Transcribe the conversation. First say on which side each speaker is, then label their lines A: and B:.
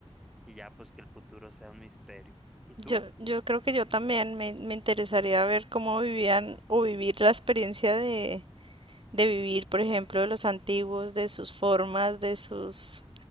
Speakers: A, in the centre; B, on the right.
A: y ya pues que el futuro sea un misterio. ¿Y tú?
B: Yo, yo creo que yo también me, me interesaría ver cómo vivían o vivir la experiencia de, de vivir, por ejemplo, de los antiguos, de sus formas, de sus